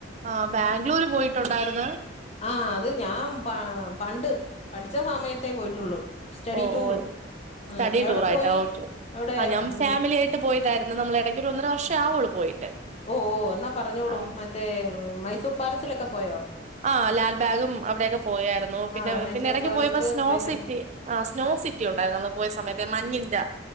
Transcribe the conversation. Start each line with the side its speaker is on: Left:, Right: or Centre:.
Right: ആഹ് ബാംഗ്ലൂര് പോയിട്ടുണ്ടായിരുന്ന്.
Left: ആഹ് അത് ഞാൻ പാ പണ്ട്. പഠിച്ച സമയത്തേ പോയിട്ടുള്ളു സ്റ്റഡി
Right: ഓ
Left: ടൂറ്.
Right: ഓ സ്റ്റഡി
Left: എവിടെ
Right: ടൂറായിട്ടാ
Left: പോയി
Right: ഓക്കെ
Left: അവിടെ
Right: ആ ഞാൻ
Left: ഉം,
Right: ഫാമിലി ആയിട്ട് പോയി തായിരുന്നു നമ്മള് ഇടയ്ക്ക് ഒരു ഒന്നര വർഷ ആവുള്ളൂ പോയിട്ട്.
Left: ഓഹ് ഓഹ് എന്നാ പറഞ്ഞോളൂ
Right: ആ
Left: മറ്റേ മൈസൂർ പാലസിലൊക്കെ പോയോ?
Right: ആഹ് ലാൽബാഗും അവിടൊക്കെ പോയായിരുന്നു പിന്നെ
Left: ആ മൈസൂർ
Right: പിന്നെ ഇടക്ക്
Left: പാലസ്
Right: പോയിപ്പോ സ്നോ
Left: പിന്നെ
Right: സിറ്റി ആഹ് സ്നോ സിറ്റി ഉണ്ടായിരുന്നു നമ്മൾ പോയ സമയത്ത് മഞ്ഞിന്റെ.